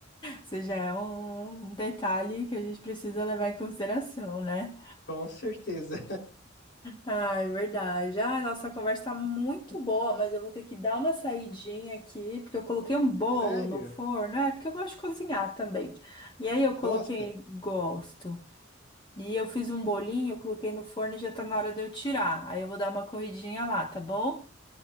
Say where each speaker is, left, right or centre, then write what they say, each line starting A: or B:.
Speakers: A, on the left (about 25°); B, on the left (about 60°).
A: Isso já é um detalhe que a gente precisa levar em consideração, né?
B: <laughs> com certeza.
A: Ah, é verdade. Ah, nossa a conversa tá muito boa, mas eu vou ter que dar uma saidinha aqui, porque eu coloquei um bolo
B: Sério?
A: no forno, é porque eu gosto de cozinhar também. E aí eu coloquei,
B: Gosta?
A: gosto. E eu fiz um bolinho, eu coloquei no forno e já tá na hora de eu tirar. Aí eu vou dar uma corridinha lá, tá bom?